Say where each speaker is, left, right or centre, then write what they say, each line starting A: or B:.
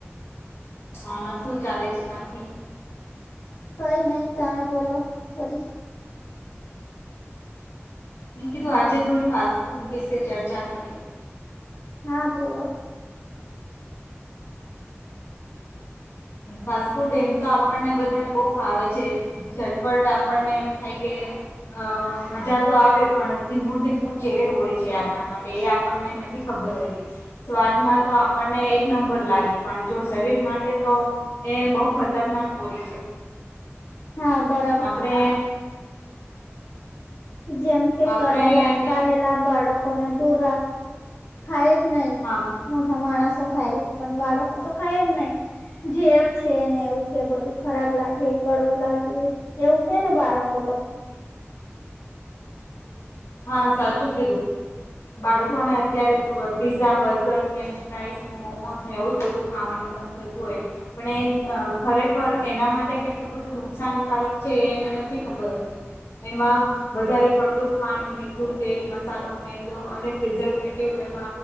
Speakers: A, on the left; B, on the left.
A: હા, શું ચાલે છે બાકી.
B: કઈ નહી, તમે બોલો, વરી
A: મે કીધું, આજે થોડી ફાસ્ટ ફૂડ વિશે ચર્ચા કરીએ.
B: હા બોલો.
A: ફાસ્ટ ફૂડ એમતો આપણને બધાને બહુ ભાવે છે. ઝટપટ આપણને એમ થાય કે, અ મજા તો આવે પણ ધીમું ધીમું ઝેર હોય છે આપણા માટે, એ આપણને નથી ખબર હોતી. સ્વાદમાં તો આપણને એક નંબર લાગે, પણ જો શરીર માટે તો એ બહુ ખતરનાક હોય છે.
B: હા બર
A: આપડે
B: જેમકે
A: આપણે
B: કરેલા,
A: એને
B: કારેલા બાળકોને દૂર રાખ ખાયજ નહી,
A: હા
B: મોટા માણસો ખાયે, પણ બાળકો તો ખાયે નહી. ઝેર છેને એવું કે, બધું ખરાબ લાગે, કડવું લાગે. એવુંકે ને બાળકો બધ
A: હા સાચું કીધું, બાળકોને
B: હા
A: અત્યારે <unintelligible> પીઝા, બર્ગર, ફ્રેન્ચ ફ્રાઈઝ, ને મોમોઝ, ને એવુંજ બધું ખાવાનું મન થતું હોય. પણએ અ ખરેખર એના માટે કેટલું બધું નુકસાનકારક છે, એ એને નથી ખબર હોતી. એમાં વધારે પડતું. ખાંડ, મીઠું, તેલ, મસાલો, મેંદો અને પ્રિઝર્વેટિવ એ